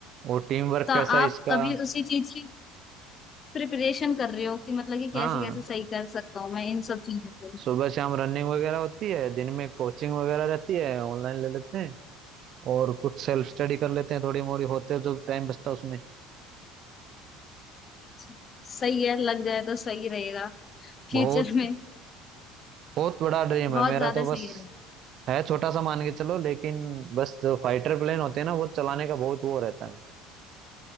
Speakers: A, on the right (about 55°); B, on the left (about 40°).
A: और टीम वर्क
B: तो
A: कैसा
B: आप
A: है इसका
B: अभी उसी चीज की प्रिपरेशन कर रहे हो कि मतलब कि कैसे
A: हाँ
B: कैसे सही कर सकता हूँ मैं इन सब चीजों को
A: सुबह शाम रनिंग वगैरह होती है दिन में कोचिंग वगैरह रहती है ऑनलाइन ले लेते हैं और कुछ सेल्फ स्टडी कर लेते हैं थोड़ी मोड़ी होते हैं जो टाइम बचता है उसमें
B: अच्छा सही है लग जाए तो सही रहेगा फ्यूचर
A: बहुत
B: में
A: बहुत बड़ा ड्रीम है
B: बहुत
A: मेरा
B: ज्यादा
A: तो
B: सही
A: बस
B: रहेगा
A: है छोटा सा मान के चलो लेकिन बस जो फाइटर प्लेन होते हैं ना वो चलाने का बहुत वो रहता है